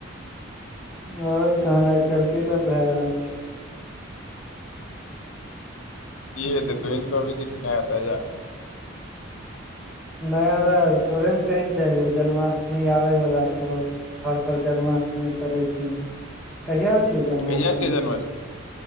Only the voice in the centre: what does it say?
आओर तहन आइ काल्हि की सब भए रहल छै
नय र तोरे ने कहैके चाहबे जन्माष्टमी आबे बला छौ घर पर जन्माष्टमी करै छै कहिया छियै जन्माष्टमीसँ